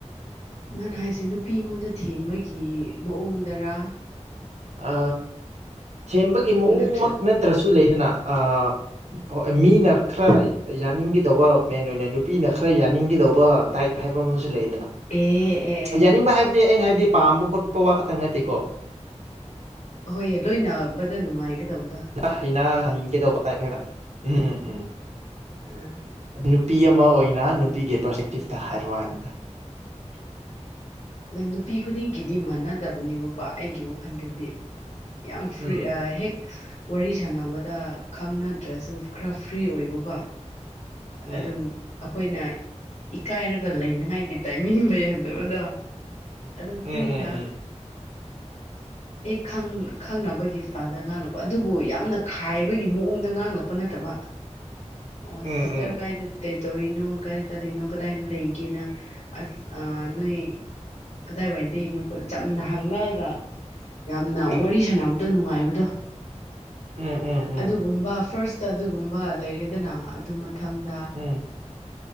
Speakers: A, on the left; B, on the right.
A: ꯅꯅ ꯍꯥꯏꯁꯦ ꯅꯨꯄꯤ ꯑꯩꯉꯣꯟꯗ ꯊꯦꯝꯕꯒꯤ ꯃꯑꯣꯡꯗꯔ
B: ꯑ ꯁꯦꯝꯕꯒꯤ ꯃꯑꯣꯡꯃꯛ
A: ꯅꯠꯇ꯭ꯔꯒ
B: ꯅꯠꯇ꯭ꯔꯁꯨ ꯂꯩꯗꯅ ꯑ ꯑꯣ ꯃꯤꯅꯈ꯭ꯔꯌꯦ ꯌꯥꯅꯤꯡꯈꯤꯗꯧꯕ ꯃꯦꯟ ꯑꯣꯏꯅ ꯅꯨꯄꯤꯅ ꯈꯔ ꯌꯥꯅꯤꯡꯈꯤꯗꯧꯕ ꯇꯥꯏꯞ ꯍꯥꯏꯕ ꯑꯃꯁꯨ ꯂꯩꯔꯤ ꯑꯗꯨꯅ
A: ꯑꯦ ꯑꯦ
B: ꯌꯥꯅꯤꯡꯕ ꯍꯥꯏꯕꯗꯤ ꯑꯩꯅ ꯍꯥꯏꯕꯗꯤ ꯄꯥꯝꯕ ꯈꯣꯠꯄ ꯋꯥ ꯈꯛꯇꯪ ꯅꯠꯇꯦꯀꯣ
A: ꯑꯍꯣꯏꯌꯦ ꯂꯣꯏꯅꯕꯗ ꯅꯨꯡꯉꯥꯏꯒꯗꯕꯗꯣ
B: ꯑꯩꯅ ꯅꯤꯡꯒꯦꯗꯧꯕꯧꯕꯇꯥꯏꯕꯦꯔꯦ ꯎꯝꯝ ꯎꯝ
A: ꯎꯝ
B: ꯅꯨꯄꯤ ꯑꯃ ꯑꯣꯏꯅ ꯅꯨꯄꯤꯒꯤ ꯄꯔꯁꯄꯦꯛꯇꯤꯞꯇ ꯍꯥꯏꯔꯛꯑꯣ ꯍꯥꯏꯕꯝꯗ
A: ꯑꯗꯣ ꯅꯨꯄꯤ ꯈꯨꯗꯤꯡꯒꯤꯗꯤ ꯃꯥꯟꯅꯗꯕꯅꯦꯕꯀꯣ ꯑꯩꯒꯤ ꯋꯥꯈꯜꯗꯗꯤ ꯌꯥꯝ ꯐꯔꯤ
B: ꯎꯝ
A: ꯍꯦꯛ ꯋꯥꯔꯤ ꯁꯥꯟꯅꯕꯗ ꯈꯪꯅꯗ꯭ꯔꯁꯨ ꯈꯔ ꯐ꯭ꯔꯤ ꯑꯣꯏꯕꯀꯣ
B: ꯎꯝ
A: ꯑꯗꯨꯝ ꯑꯩꯈꯣꯏꯅ ꯏꯀꯥꯏꯔꯒ ꯂꯩꯅꯉꯥꯏꯒꯤ ꯇꯥꯏꯃꯤꯡ ꯂꯩꯍꯟꯗꯕꯗꯣ ꯑꯗꯨꯝ ꯐ꯭ꯔꯤꯅ
B: ꯎꯝ ꯎꯝ
A: ꯑꯦ ꯈꯪꯅꯕꯒꯤ ꯏꯁꯇꯥꯏꯜꯗ ꯉꯥꯡꯂꯛꯄ ꯑꯗꯨꯕꯨ ꯌꯥꯝꯅ ꯈꯥꯏꯕꯒꯤ ꯃꯑꯣꯡꯗ ꯉꯥꯡꯂꯛꯄ ꯅꯠꯇꯕ
B: <inaudible>
A: ꯑꯣ ꯁꯤꯁꯇꯔ
B: ꯎꯝ
A: ꯀꯥꯏꯗ ꯀꯩꯗꯧꯔꯤꯅꯣ ꯀꯗꯥꯏ ꯆꯠꯂꯤꯅꯣ ꯀꯗꯥꯏꯗ ꯂꯩꯒꯦꯅ ꯑꯁ ꯅꯣꯏ ꯀꯗꯥꯏ ꯋꯥꯏꯗꯗꯒꯤꯅꯣꯈꯣꯏ ꯆꯝꯅ ꯍꯪꯂꯛꯑꯒ ꯌꯥꯝꯅ
B: ꯎꯝ
A: ꯋꯥꯔꯤ ꯁꯥꯟꯅꯕꯗꯣ ꯅꯨꯡꯉꯥꯏꯕꯗꯣ
B: ꯎꯝ ꯎꯝ ꯎꯝ
A: ꯑꯗꯨꯒꯨꯝꯕ ꯐꯥꯔꯁꯇ ꯑꯗꯨꯒꯨꯝꯕ ꯂꯩꯔꯦꯗꯅ ꯑꯗꯨ ꯃꯊꯪꯗ
B: ꯎꯝ